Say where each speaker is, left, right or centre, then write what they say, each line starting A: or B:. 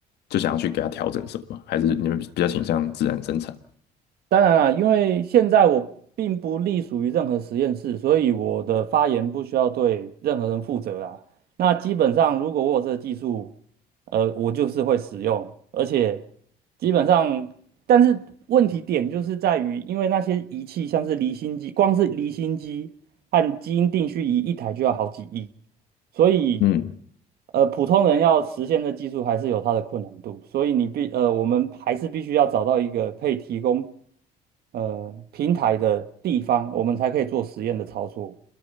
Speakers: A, on the left; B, on the right.
A: 就想要去给他调整什么吗还是你会比较倾向自然生产？
B: 当然啦，因为现在我并不隶属于任何实验室，所以我的发言不需要对任何人负责啦。那基本上，如果我有这个技术，呃，我就是会使用，而且基本上，但是问题点就是在于，因为那些仪器像是离心机，光是离心机和基因定序仪一台就要好几亿，所以，
A: 嗯，
B: 呃，普通人要实现的技术还是有它的困难度，所以你必呃，我们还是必须要找到一个可以提供呃平台的地方，我们才可以做实验的操作。